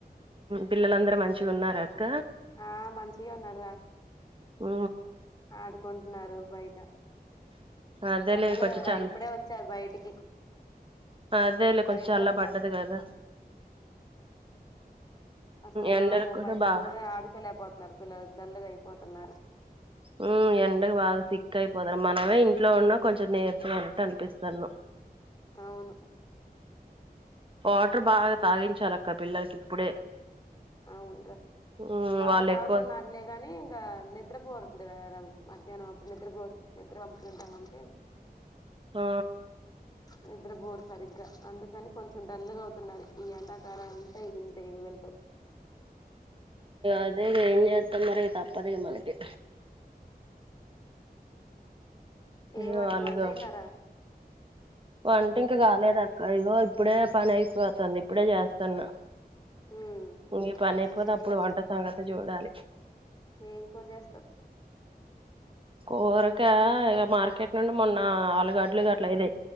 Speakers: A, on the right; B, on the left.
A: పిల్లలందరూ మంచిగా ఉన్నారుార అక్క
B: ఆ మంచిగా ఉన్నారుా
A: ఆ
B: ఆడుకుంటున్నారు బయట
A: అదేలే
B: ఎండలు
A: కొంచెం
B: కదరా
A: చల్ల
B: ఇప్పుడే వచ్చారు బయటికి
A: అదేలే
B: బయట
A: కొంచెం చల్ల
B: కట్లా
A: పడ్డది కదా
B: అసలు
A: ఎండలకు
B: వామ్మ బయట
A: బా
B: కూడా ఆడుకోలేకపోతున్నారు పిల్లలు దల్లుగా అయిపోతున్నారు
A: ఉ ఎండగ బాగా సిక్క్క అయిపోతారు మనమే ఇంట్లో ఉన్నా కొంచెం నేరు అంత అనిపిస్తాను
B: అవును
A: అట బాగా తాగించాలి అక్క పిల్లలకి ఇప్పుడే
B: అవును
A: ఉమ్
B: బాగా
A: వాళ్ళు
B: దాగుతున్నలేగాని
A: ఎక్కువ
B: ఇంకా నిద్రపోరు ఇ మధ్యాహ్నం అప్పుడు నిద్రపో నిద్ర పంపునిద్దాంటే
A: ఆ
B: నిద్రపోోరు సరిగ్గా అందుకని కొంచెం డల్ గా అవుతున్నారు ఈ ఎడా ాలా అంతా ఎంత ఇ వెళ్త
A: అదే ఎంత మర తప్పదిగా మనకు ఇగ
B: ఏమ
A: వాళ్ళుగా
B: వంట అయి తారా
A: వంట ఇంక కాలేదు అక్క ఇగో ఇప్పుడే పని అయిపోతుంది ఇప్పుడే చేస్తాను
B: ఉమ్
A: ఇం పని అయిపోతే
B: ఏం
A: అప్పుడు
B: కూర
A: వంట సంగతి చూడాలి
B: ఏం కూర చేస్తావ్
A: కూరక ఇక మార్కెట్ నుండి మొన్న ఆలుగడ్లు గ అట్లా ఇదే